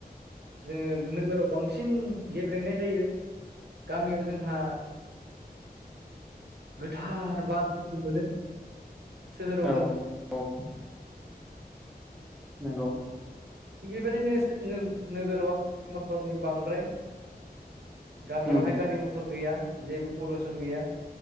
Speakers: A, on the right; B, in the centre.
A: जोङो नोगोराव बांसिन गेब्लेंनाय जायो गामियाव जोंहा गोथार बारफोरखौ मोनो सोहोराव
B: औ औ नंगौ
A: थिग बेबायदिनो नोगोराव गारि मथरनि बांद्राय गामियावहाय
B: उम
A: गारि मथर गैया जेबो पलिउसन गैया